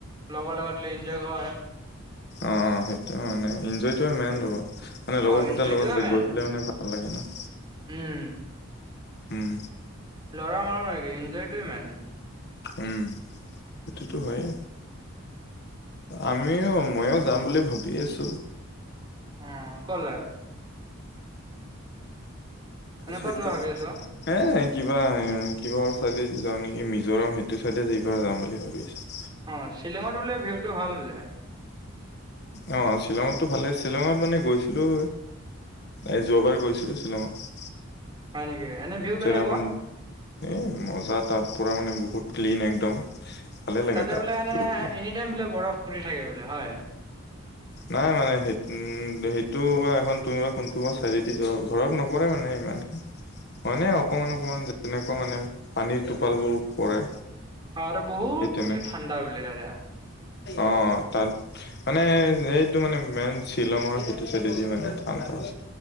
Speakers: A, on the right; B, on the left.
A: লগৰ লগত দিলে এঞ্জয় হয়
B: অ অ সেইটো মানে এঞ্জয়টোয়ে মেইন আৰু মানে লগৰ
A: অ এনজয়টোৱে
B: কেইটাৰ লগত
A: মেইন
B: গৈ পেলাই মানে ভাল ভাল লাগে ন।
A: উম।
B: উম
A: ল'ৰা মাৰ নেকি ইঞ্জয়টোৱে মেন।
B: উম। সেটোতো হয়ে। আমিও মইয়ো যাম বুলি ভাবি আছো।
A: অ ক'লে? মানে
B: খৈত
A: ক'ত যোৱা ভাবি আছ
B: এ কিবা কিবাৰ চাইডে যাওঁ নেকি মিজোৰাম সেইটো চাইডে এইবাৰ যাম বুলি ভাবি আছো।
A: অ শ্বিলঙত বোলে ভিউটো ভাল বোলে।
B: অ শ্বিলঙতো ভাল লাগে শ্বিলঙত মানে গৈছিলোঁ। এই যোৱাবাৰ গৈছিলো শ্বিলঙত।
A: হয় নেকি? এনে ভিউ কেনে
B: চেৰাপুঞ্জী
A: কৰ?
B: এ মজা তাত পুৰা মানে বহুত ক্লিন একদম। ভালে লাগে
A: তাতে
B: তাত
A: বোলে এনে
B: গৈ পেলাই
A: এনি টাইম বোলে বৰফ পৰি থাকে বোলে হয়?
B: নাই মানে সেইট উম সেইটো বা এখন তুমি বা কোনটোবা চাইদি যোৱা ঘৰত ন নপৰে মানে ইমান। হয় নে অকমান অকমান যেনেকুৱা মানে পানীৰ টোপাল বোৰ পৰে।
A: আৰ বহুত
B: সেই তেনে
A: বুলি ঠাণ্ডা বোলে তাতে।
B: অ তাত মানে এইটো মানে মেইন শ্বিলঙৰ সিটো চাইদি মানে ঠাণ্ডা আছ